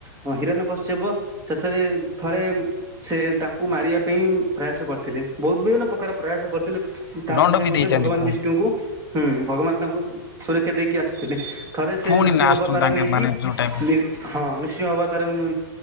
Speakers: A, on the right (about 20°); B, on the left (about 85°).
A: ହଁ ହୀରନ୍ୟ କଶ୍ୟପ ଶେଷରେ ଥରେ ସେ ତାଙ୍କୁ ମାରିବା ପାଇଁ। ପ୍ରୟାସ କରିଥିଲେ। ବହୁତ ବିଭିନ୍ନ ପ୍ରକାର ପ୍ରୟାସ କରିଥିଲେ ତା
B: ଦଣ୍ଡ
A: ମଧ୍ୟେ
B: ବି
A: ମଧ୍ୟ
B: ଦେଇଛନ୍ତି
A: ଭଗବାନ
B: ପୁଣି
A: ବିଷ୍ଣୁଙ୍କୁ। ହୁଁ ଭଗବାନ ତାଙ୍କୁ ସୁରକ୍ଷା ଦେଇକି ଆସିଥିଲେ। ଥରେ ସେ
B: ପୁଣି
A: ନିୃସିଂହ
B: ଲାଷ୍ଟକୁ
A: ଅବତାର
B: ତାଙ୍କେ
A: ନେଇକି
B: ମାନେ ଯୋଉ ଟାଇମ
A: ହଁ ନୃସିଂହ ଅବତାର ମୁ